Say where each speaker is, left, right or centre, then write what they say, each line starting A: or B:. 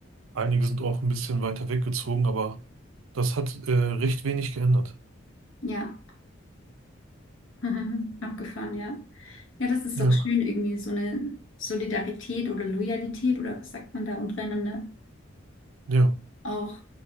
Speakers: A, on the right; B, on the left.
A: einige sind auch ein bisschen weiter weggezogen, aber das hat äh, recht wenig geändert.
B: Ja. <laughs> Aha, Abgefahren, ja. Ja, das ist
A: Ja,
B: doch schön, irgendwie so eine Solidarität oder Loyalität oder was sagt man da untereinander
A: ja,
B: auch.